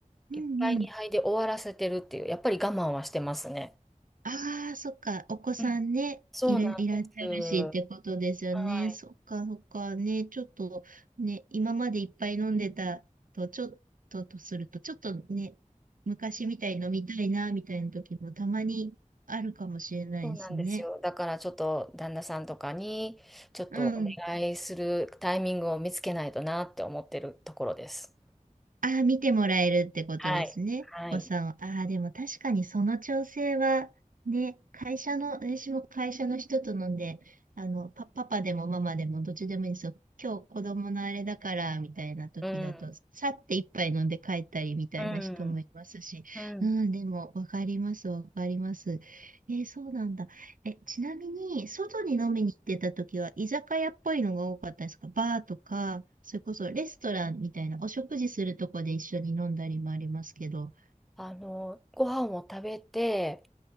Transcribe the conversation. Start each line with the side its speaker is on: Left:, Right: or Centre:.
Right: うん
Centre: いっぱいに2いで終わらせてるっていう、やっぱり我慢はしてますね。
Right: ああ、そっか。お子さんね、
Centre: うんそうなんです。
Right: いら、いらっしゃるしってことですよね。
Centre: はい。
Right: そっか、そっか。ね、ちょっとね、今までいっぱい飲んでたと、ちょっととすると、ちょっとね、昔みたいに飲みたいな、みたいな時もたまにあるかもしれないですね。
Centre: そうなんですよ。だからちょっと旦那さんとかにちょっとお願いするタイミングを見つけないとなって思ってるところです。
Right: うん。ああ、見てもらえるってことですね。
Centre: はい。はい。
Right: お子さんを。ああ、でも確かにその調整は、ね、会社の、私も会社の人と飲んで、あの、パ、パパでもママでもどっちでもいいんですよ。今日子供のあれだから、みたいな時だと、
Centre: うん。
Right: さって一杯飲んで帰ったりみたいな人もいますし、
Centre: うん。うん。
Right: うん、
Centre: うん
Right: でもわかります、わかります。えーそうなんだ。え、ちなみに、外に飲みに行ってた時は、居酒屋っぽいのが多かったですかバーとか、それこそレストランみたいな、お食事するとこで一緒に飲んだりもありますけど。
Centre: あの、ご飯を食べて、